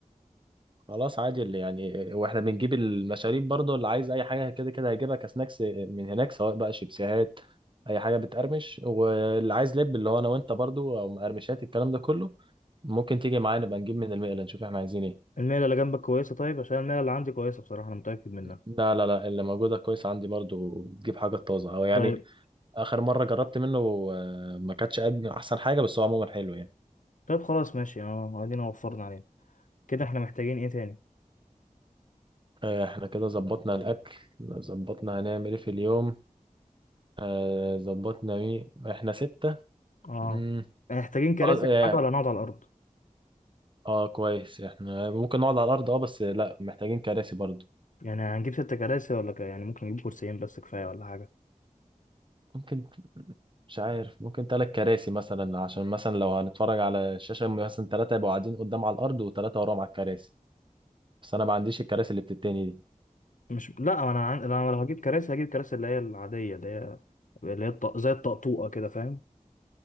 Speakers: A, on the right; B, on the left.
A: خلاص عادي اللي يعني واحنا بنجيب المشاريب برضه اللي عايز اي حاجه كده كده هيجيبها كسناكس من هناك سواء بقى شيبسيهات اي حاجه بتقرمش واللي عايز لب اللي هو انا وانت برضه او مقرمشات الكلام ده كله ممكن تيجي معانا نبقى نجيب من المقله نشوف احنا عايزين ايه
B: الميله اللي جنبك كويسه طيب عشان الميله اللي عندي كويسه بصراحه انا متاكد منها
A: لا لا لا اللي موجوده كويس عندي برضه تجيب حاجه طازه او يعني
B: طيب
A: اخر مره جربت منه آه، ما كانتش قد احسن حاجه بس هو عموما حلو يعني
B: طيب خلاص ماشي اه ادينا وفرنا عليها كده احنا محتاجين ايه تاني
A: آه، احنا كده ظبطنا الاكل ظبطنا هنعمل ايه في اليوم آه، ظبطنا مين احنا ستة
B: اه
A: مم،
B: محتاجين كراسي
A: اه اه
B: او حاجه ولا نقعد على الارض
A: آه، كويس احنا ممكن نقعد على الارض اه بس لا محتاجين كراسي برضو
B: يعني هنجيب ست كراسي ولا ك... يعني ممكن نجيب كرسيين بس كفايه ولا حاجه
A: ممكن مش عارف ممكن ثلاث كراسي مثلا عشان مثلا لو هنتفرج على الشاشة مثلا ثلاثة يبقوا قاعدين قدام على الارض وثلاثة وراهم على الكراسي بس انا ما عنديش الكراسي اللي بتتني دي
B: مش لا انا عن... انا لو هجيب كراسي هجيب كراسي اللي هي العاديه اللي هي اللي هي الط... زي الطقطوقه كده فاهم